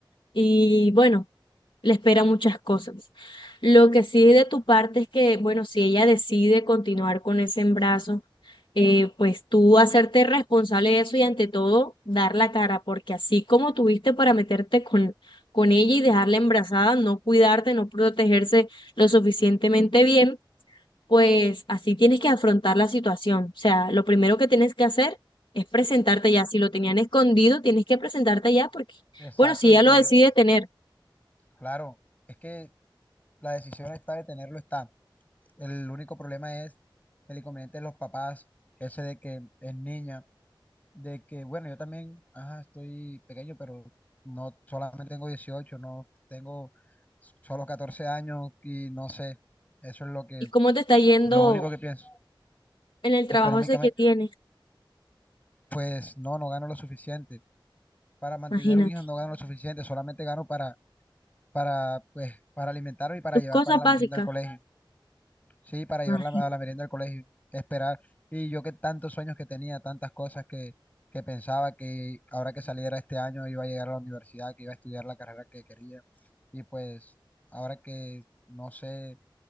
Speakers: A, on the left; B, on the left.
A: y bueno, le espera muchas cosas. Lo que sí de tu parte es que, bueno, si ella decide continuar con ese embarazo, eh, pues tú hacerte responsable de eso y ante todo dar la cara, porque así como tuviste para meterte con, con ella y dejarla embarazada, no cuidarte, no protegerse lo suficientemente bien, pues así tienes que afrontar la situación. O sea, lo primero que tienes que hacer es presentarte ya. Si lo tenían escondido, tienes que presentarte ya porque,
B: Exacto,
A: bueno, si ella
B: y,
A: lo
B: y
A: decide
B: yo,
A: tener.
B: claro, es que la decisión está de tenerlo, está. El único problema es el inconveniente de los papás, ese de que es niña de que, bueno, yo también, ajá, estoy pequeño, pero no solamente tengo dieciocho no tengo solo 14 años y no sé, eso es lo que,
A: ¿Y cómo te está yendo
B: lo único que pienso.
A: en el trabajo
B: Económicamente,
A: ese que tienes?
B: pues no, no gano lo suficiente. Para mantener
A: Imagínate.
B: un hijo no gano lo suficiente, solamente gano para, para, pues, para alimentarme y para
A: Tus
B: llevar
A: cosas
B: para la
A: básicas.
B: merienda al colegio. Sí, para llevarla
A: Imagínate.
B: a la merienda del colegio, esperar. Y yo que tantos sueños que tenía, tantas cosas que, que pensaba que ahora que saliera este año iba a llegar a la universidad, que iba a estudiar la carrera que quería. Y pues ahora que no sé,